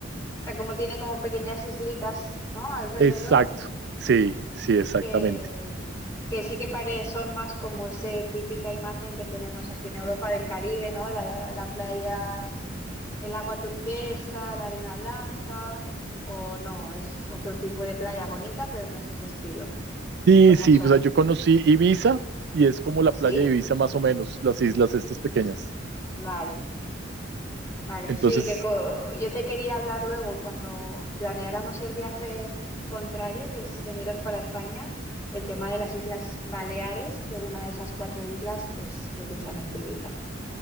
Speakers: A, on the left; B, on the right.
A: O sea, como tiene como pequeñas islitas, ¿no? Alrededor,
B: Exacto, sí, sí, exactamente.
A: que, que sí que pare, son más como esa típica imagen que tenemos aquí en Europa del Caribe, ¿no? La, la playa, el agua turquesa, la arena blanca, o no, es otro tipo de playa bonita, pero no es ese estilo,
B: Sí,
A: como
B: sí,
A: son.
B: pues, o sea, yo conocí Ibiza y es como la
A: Sí,
B: playa de Ibiza más o menos, las islas estas pequeñas.
A: vale, vale.
B: Entonces,
A: Sí, que co- yo te quería hablar luego cuando planeáramos el viaje contrario, que es veniros para España, el tema de las Islas Baleares, que una de esas cuatro islas es precisamente Ibiza.